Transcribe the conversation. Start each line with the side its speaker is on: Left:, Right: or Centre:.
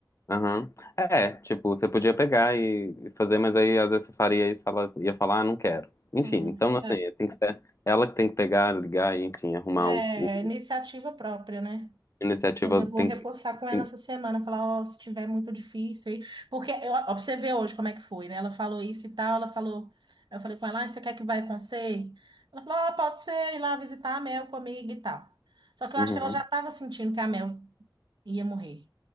Left: Aham. É, tipo, você podia pegar e e fazer, mas aí às vezes você faria isso, ela ia falar, ah, não quero. Enfim,
Right: Uhum.
Left: então assim, tem que ser ela que tem que pegar, ligar e, enfim, arrumar
Right: É,
Left: o, o-
Right: é iniciativa própria, né?
Left: a iniciativa
Right: Mas eu vou
Left: tem
Right: reforçar
Left: que.
Right: com ela
Left: tem-
Right: essa semana, falar, ó, se tiver muito difícil aí, porque eu, ó, pra você ver hoje como é que foi, né? Ela falou isso e tal, ela falou, eu falei com ela, ah, você quer que vai com você? Ela falou, ó, pode ser ir lá visitar a Mel comigo e tal. Só que eu
Left: Uhum.
Right: acho que ela já estava sentindo que a Mel ia morrer.